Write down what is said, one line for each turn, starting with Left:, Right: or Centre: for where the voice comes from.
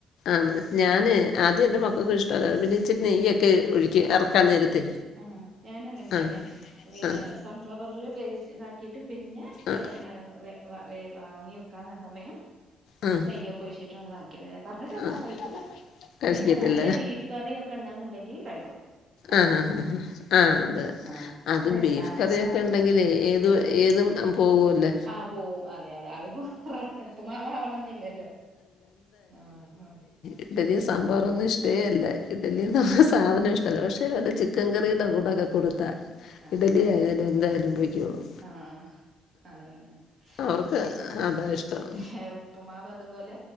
Left: ആണ് ഞാൻ ആദ്യം എന്റെ മക്കൾക്ക് ഇഷ്ടമല്ലായിരുന്നു പിന്നെ ഇച്ചിരി നെയ്യ് ഒക്കെ ഒഴിക്കും. എറക്കാൻ നേരത്തെ.
Right: ആഹ്. ഞാനും അങ്ങൻതന്ന്യാ.
Left: ആഹ്
Right: പിന്നെ
Left: ആഹ്
Right: സൺഫ്ലവറിൽ വേവിച്ച് ഇതാക്കിട്ട് പിന്നെ
Left: ആഹ്
Right: ഏഹ് ഏഹ് വേ വാ വേ വാങ്ങി വ്ക്കാന്ന സമയം
Left: ആഹ്
Right: നെയ്യൊക്കൊഴിച്ചിട്ട് ഒന്ന് ഇതാക്കി ന്ന് പറഞ്ഞിട്ട് എന്താ
Left: ആഹ്
Right: കഴിക്കൂല്ല
Left: കഴിക്കത്തില്ല
Right: പിന്നെ നല്ല ബീഫ് കറിയും ഒക്കെണ്ടാവുംന്നുണ്ടെങ്കി കഴിക്കും. അതിന്റെ
Left: ആഹ്
Right: കൂടെ
Left: ഹ ഹാ ആഹ് അതെ.
Right: ആഹ് അപ്പൊ
Left: അത്
Right: ടേസ്റ്റാണല്ലോ
Left: ബീഫ് കറിയൊക്കെ ഉണ്ടെങ്കിലേ ഏത്
Right: ഉം
Left: ഏതും പോകുവല്ല.
Right: ആഹ് പോവും അതെ അതെ. അത് ഇപ്പോ ഉപ്പമാവാവണംന്നില്ലല്ലോ ആഹ് ഹാ
Left: ഇഡലീം സാമ്പാറു ഒന്നും ഇഷ്ടേ അല്ല ഇഡ്ലിന്ന് ആ സാധനം ഇഷ് ടല്ല. പക്ഷേ നല്ല ചിക്കൻ കറിയുടെ കൂടെ ഒക്കെ കൊടുത്താ
Right: ആഹ്
Left: ഇഡലി ആയാലും എന്തായാലും പൊയ്ക്കോളും.
Right: ആഹ് അതാണ്.
Left: അവർക്ക്
Right: അതാണ് ഈ
Left: അതാ
Right: മക്കൾക്കൊക്കെ
Left: ഇഷ്ടം
Right: റുപ്പ്മാവ് അതുപോലെ